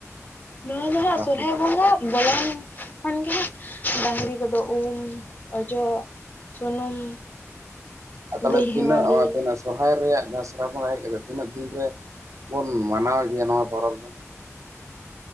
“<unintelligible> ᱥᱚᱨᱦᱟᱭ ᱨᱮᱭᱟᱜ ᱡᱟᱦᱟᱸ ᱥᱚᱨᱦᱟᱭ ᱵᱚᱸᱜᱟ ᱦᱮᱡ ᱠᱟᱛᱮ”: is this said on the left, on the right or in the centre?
Right